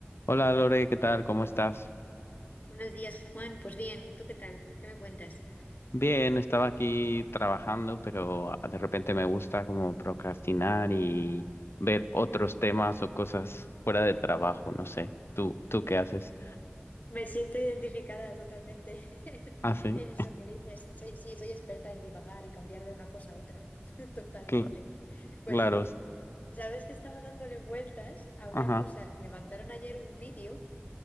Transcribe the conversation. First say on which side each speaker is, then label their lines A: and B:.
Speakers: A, on the left (about 70°); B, on the left (about 40°).
A: Hola Lore, ¿qué tal? ¿Cómo estás?
B: Buenos días, Juan. Pues bien, ¿tú qué tal? ¿Qué me cuentas?
A: Bien, estaba aquí trabajando, pero ah, de repente me gusta como procrastinar y ver otros temas o cosas fuera del trabajo, no sé. ¿Tú, tú qué haces?
B: Me siento identificada totalmente <laughs>
A: Ah, sí,
B: en, eso que dices. Soy- sí, soy experta en divagar y cambiar de una cosa a otra, <laughs> totalmente.
A: cl-
B: Pues,
A: claro, sí.
B: ¿sabes que estaba dándole vueltas a una
A: ajá.
B: cosa? Me mandaron ayer un vídeo